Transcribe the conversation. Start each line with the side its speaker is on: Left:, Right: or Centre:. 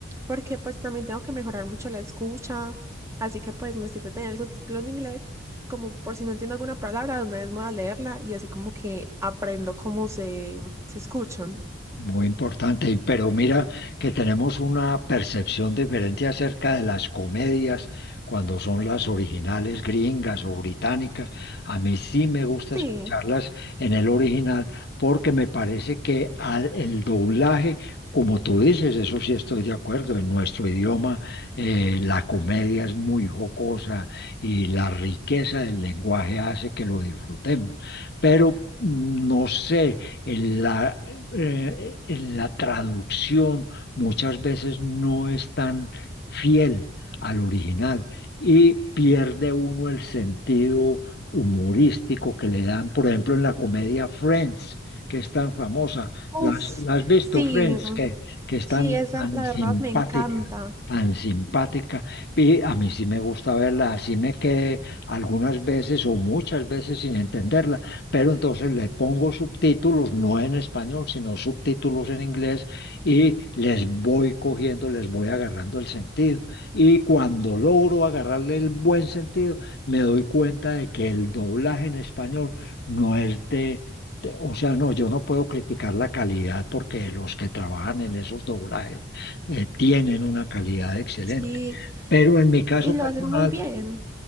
Right: porque pues también tengo que mejorar mucho la escucha, así que pues me sirve tener el subtítulo en inglés, como por si no entiendo alguna palabra, de una vez me voy a leerla y así como que aprendo cómo se, se escuchan.
Left: Muy importante, y- pero mira que tenemos una percepción diferente acerca de las comedias cuando son las originales gringas o británicas. A mí sí me gusta
Right: Sí,
Left: escucharlas en el original porque me parece que al, el doblaje, como tú dices, eso sí estoy de acuerdo, en nuestro idioma eh, la comedia es muy jocosa y la riqueza del lenguaje hace que lo disfrutemos. Pero mm, no sé en la eh, eh, en la traducción muchas veces no es tan fiel al original y pierde uno el sentido humorístico que le dan, por ejemplo, en la comedia Friends, que es tan famosa.
Right: uff,
Left: ¿Las, las has visto,
Right: sí,
Left: Friends? Que, que es
Right: sí,
Left: tan,
Right: esa
Left: tan
Right: la
Left: simpática.
Right: verdad me encanta,
Left: tan simpática y a mí sí me gusta verla, así me quedé algunas veces o muchas veces sin entenderla, pero entonces le pongo subtítulos, no en español, sino subtítulos en inglés y les voy cogiendo, les voy agarrando el sentido. Y cuando logro agarrarle el buen sentido, me doy cuenta de que el doblaje en español no es de... de- O sea, no, yo no puedo criticar la calidad porque los que trabajan en esos doblajes eh, tienen una calidad excelente.
Right: sí,
Left: Pero en mi caso
Right: y
Left: personal,
Right: lo hacen muy bien,